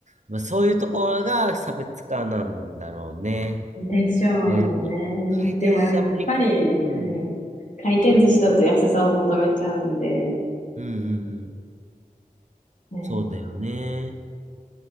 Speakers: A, on the right; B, on the left.
A: まあ、そういうところが差別化なんだろうね。
B: でしょうね。
A: ね、なんか回転寿司あんまり、
B: でもやっぱり、
A: うん。
B: はい。回転寿司だと安さを求めちゃうんで、
A: うんうんうん。
B: はい。
A: そうだよね。